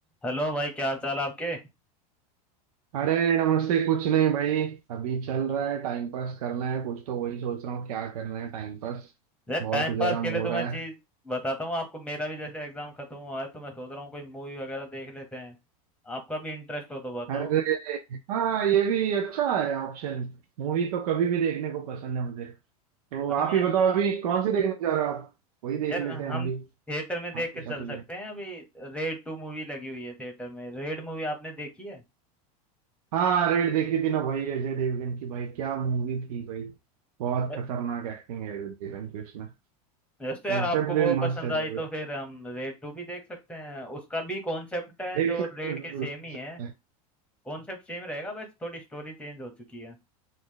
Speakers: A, in the centre; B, on the right.
A: Hello भाई क्या हाल चाल आपके
B: अरे नमस्ते कुछ नहीं भाई अभी चल रहा है टाइम पास करना है कुछ तो वही सोच रहा हूँ क्या करना है टाइम पास
A: यार
B: बहुत
A: टाइम पास
B: गर्म
A: के लिए
B: हो
A: तो
B: रहा
A: मैं चीज
B: है
A: बताता हूँ आपको मेरा भी जैसे एग्जाम खत्म हुआ है तो मैं सोच रहा हूँ कोई मूवी वगैरह देख लेते हैं आपका भी इंटरेस्ट हो तो बताओ
B: अरे हाँ ये भी अच्छा है ऑप्शन मूवी तो कभी भी देखने को पसंद है मुझे तो
A: हम
B: आप
A: यार
B: ही बताओ अभी कौन सी देखने जा रहे हो आप वही देख
A: यार
B: लेते हैं
A: हम
B: हम भी
A: थिएटर में देख
B: आपके
A: के चल
B: साथ ही
A: सकते
B: जाएंगे
A: हैं अभी रेड टू मूवी लगी हुई है थिएटर में रेड मूवी आपने देखी है
B: हाँ रेड देखी थी ना भाई अजय देवगन की भाई क्या मूवी थी भाई बहुत
A: अ-
B: खतरनाक एक्टिंग है अजय देवगन की उसमें
A: यस तो यार
B: कंसेप्ट
A: आपको वो
B: भी मस्त
A: पसंद
B: है
A: आई
B: भाई
A: तो फिर हम रेड टू भी देख सकते हैं उसका भी कॉन्सेप्ट है
B: देख
A: जो
B: सकते
A: रेड
B: हैं जरूर
A: के सेम
B: देख
A: ही
B: सकते
A: है
B: हैं।
A: कॉन्सेप्ट सेम रहेगा बस थोड़ी स्टोरी चेंज हो चुकी है